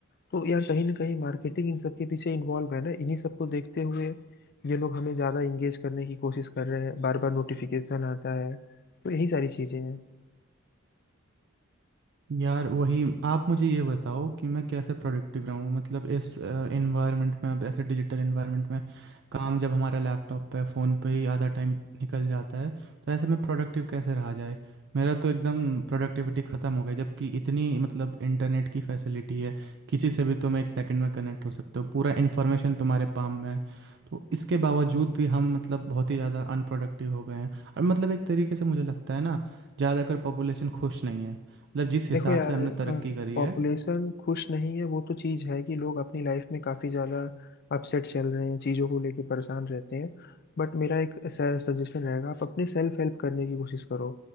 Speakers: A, on the left; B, on the right.
A: तो यार कहीं ना कहीं मार्केटिंग इन सब के पीछे इन्वॉल्व है ना इन्हीं सबको देखते हुए ये लोग हमें ज्यादा इंगेज करने की कोशिश कर रहे हैं बार बार नोटिफिकेशन आता है तो यही सारी चीजें हैं
B: यार वही आप मुझे ये बताओ कि मैं कैसे प्रोडक्टिव रहूँ मतलब इस एनवायरनमेंट में अब ऐसे डिजिटल एनवायरनमेंट में काम जब हमारा लैपटॉप पे फ़ोन पे ही आधा टाइम निकल जाता है तो ऐसे में प्रोडक्टिव कैसे रहा जाए मेरा तो एकदम प्रोडक्टिविटी ख़त्म हो गई जबकि इतनी मतलब इंटरनेट की फैसिलिटी है किसी से भी तुम एक सेकंड में कनेक्ट हो सकते हो पूरा इन्फॉर्मेशन तुम्हारे पाम में है तो इसके बावजूद भी हम मतलब बहुत ही ज़्यादा अनप्रोडक्टिव हो गए हैं और मतलब एक तरीके से मुझे लगता है ना ज़्यादातर पॉपुलेशन खुश नहीं है मतलब जिस
A: देखो
B: हिसाब
A: यार
B: से हमने तरक्की करी
A: पॉपुलेशन
B: है
A: खुश नहीं है वो तो चीज है कि लोग अपनी लाइफ में काफी ज्यादा अपसेट चल रहे हैं चीजों को लेके परेशान रहते हैं बट मेरा एक सजेशन रहेगा आप अपने सेल्फ हेल्प करने की कोशिश करो